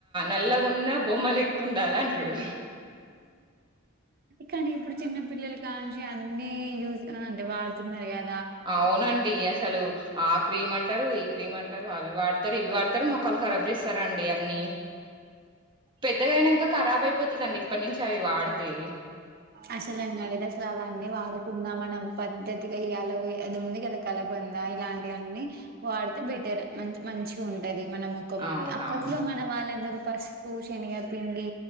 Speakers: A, on the right; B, on the right.
A: నల్లగాన్నా బొమ్మలు ఎక్కువ ఉండాలి అంటాడు
B: కానీ ఇప్పుడు చిన్న పిల్లలు కా నుంచి అన్ని యూ అంటే వాడుతున్నారు కా
A: అవునండి అసలు ఆ క్రీమ్ అంటారు ఈ క్రీమ్ అంటారు అవి వాడతారు ఇవి వాడతారు మొ కల్ కరాబ్ రండి అన్ని పెద్ద ఖరాబ్ అయిపోతుందండి ఇప్పటి నుంచి అవి వాడితే
B: అసలు అన్నాడది అసలు అవన్నీ వాడుకున్నామ మన పద్ధతిగా అలా అది ఉంది కదా కలబంద ఇలాంటివన్నీ వాడితే బెటర్ మంచి మంచిగా ఉంటది <unintelligible> మన ముఖమని
A: అవునవును
B: అప్పట్లో మన వాళ్ళందరూ పసుపు శనగపిండి